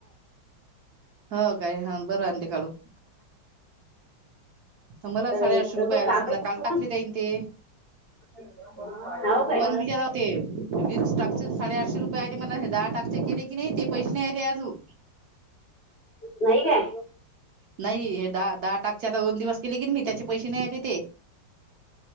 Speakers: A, on the right; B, on the left.
A: हो काय हा बरं आणते काढू. मला
B: अ,
A: साडेआठशे
B: तसंही
A: रुपये
B: काम
A: आले समजा,
B: आहे
A: काल
B: पण.
A: टाकले ताईन ते.
B: हो काय
A: पण बिगारेव ते वीस टाक्स चे साडेआठशे रुपये आहेत. ते मला दहा टाकचे केले, की नाही ते पैसे नाही आले अजून.
B: नाही काय
A: नाही हे दहा दहा टाकचे आता दोन दिवस केले कि नी मी त्याचे पैसे नाही आले ते.